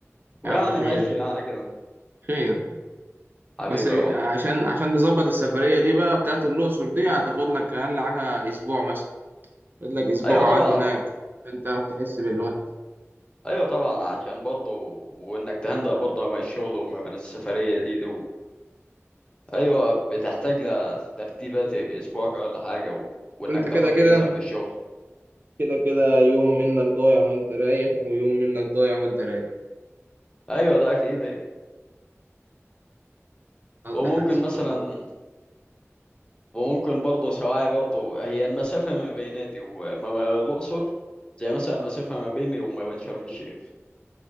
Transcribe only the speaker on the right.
يا عم خير
خير
بس عشان
عشان تظبط السفرية دي بقى بتاعت الأقصر دي هتاخد لك أقل حاجة أسبوع مثلا خد لك أسبوع
قعد
هناك عشان تعرف تحس بالوقت
انت
كده كده
كده كده يوم منك ضايع وانت رايح ويوم منك ضايع وانت راجع
تقضي
حجز
فندق